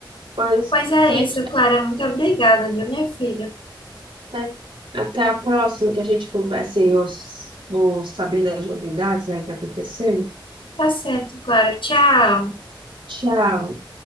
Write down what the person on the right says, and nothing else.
Pois,
tente
Até, até a próxima que a gente converse e eu s- vou saber das novidades aí que aconteceu.
Tchau.